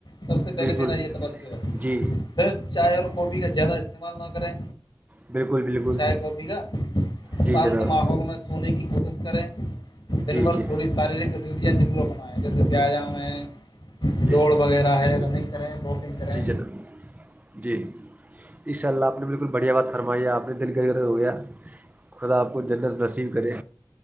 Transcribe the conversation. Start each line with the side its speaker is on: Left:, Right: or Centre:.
Left: سب سے پہلے
Right: بالکل
Left: میرا یہ توجہ
Right: جی
Left: پھر چائے اور کافی کا زیادہ استعمال نہ کریں
Right: بالکل بالکل
Left: چائے کافی کا
Right: جی
Left: شانت
Right: جناب
Left: ماحول میں سونے کی کوشش کریں دن
Right: جی
Left: بھر
Right: جی
Left: تھوڑی شارییرک ضرور اپنیں جیسے بیایا ہیں
Right: جی
Left: دوڑ وغیرہ ہے رننگ کریں واکنگ کریں
Right: جی جناب جی اشاء اللہ آپ نے بالکل بڑھیا بات فرمائی آپ نے دل کا غرض ہو گیا خدا آپ کو جنت نسیب کرے